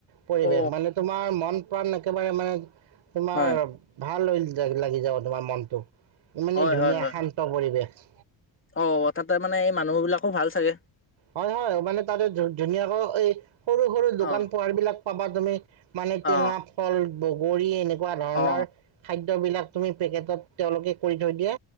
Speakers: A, on the right; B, on the left.
A: পৰিৱেশ
B: অ
A: মানে তোমাৰ মন প্ৰাণ একেবাৰে মানে তোমাৰ
B: হয়
A: ভাল হৈ লাগি যাব তোমাৰ মনটো, ইমানেই
B: হয়
A: ধুনীয়া
B: হয় হয়
A: শান্ত পৰিৱেশ।
B: অ' তাতে মানে এই মানুহবিলাকো ভাল চাগে।
A: হয় হয়, মানে তাতে ধু-ধুনীয়াকৈ এই সৰু সৰু দোকান
B: অ
A: পোহাৰ বিলাক পাবা তুমি। মানে টেঙা,
B: অ
A: ফল, বগৰী এনেকুৱা ধৰণৰ।
B: অ
A: খাদ্যবিলাক তুমি পেকেটত তেওঁলোকে কৰি থৈ দিয়ে,